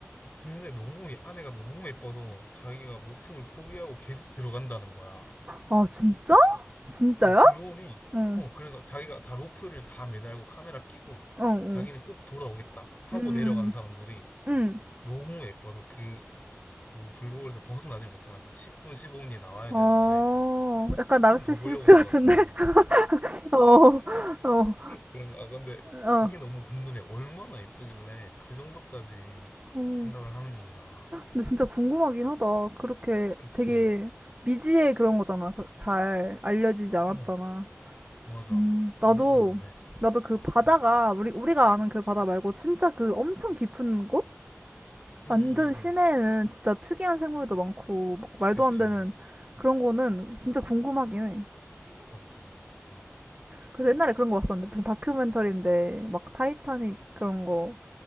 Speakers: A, on the left (about 35°); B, on the right (about 30°).
A: 근데 너무 이 안에가 너무 예뻐서 자기가 목숨을 포기하고 계속 들어간다는 거야.
B: 아, 진짜? 진짜요?
A: 어, 블루홀이,
B: 응,
A: 어, 그래서 자기가 다 로프를 다 매달고 카메라 끼고
B: 어, 응,
A: 자기는 꼭 돌아오겠다 하고
B: 음,
A: 내려간 사람들이
B: 음.
A: 너무 예뻐서 그, 그 블루홀에서 벗어나질 못하는 거야. 10분, 15분 뒤에 나와야
B: 어,
A: 되는데
B: 약간
A: 조금
B: 나르시시스트
A: 더 보려고 하다가
B: 같은데?
A: 좀
B: <laughs> 어, 어,
A: 그런, 아, 근데
B: 어.
A: 그게 너무 궁금해. 얼마나 예쁘길래 그 정도까지
B: 음.
A: 생각을 하는 건가.
B: 근데 진짜 궁금하긴 하다. 그렇게
A: 그치.
B: 되게 미지의 그런 거잖아. 그- 잘 알려지지 않았잖아.
A: 어, 맞아.
B: 음,
A: 너무
B: 나도,
A: 궁금해.
B: 나도 그 바다가,
A: 응,
B: 우리, 우리가 아는 그 바다 말고 진짜 그 엄청 깊은 곳?
A: 응,
B: 완전
A: 응, 응.
B: 심해에는
A: 응.
B: 진짜 특이한 생물도 많고, 막 말도
A: 그치.
B: 안 되는 그런 거는 진짜 궁금하긴 해.
A: 맞지. 와.
B: 그래서 옛날에 그런 거 봤었는데 무슨 다큐멘터리인데 막 타이타닉 그런 거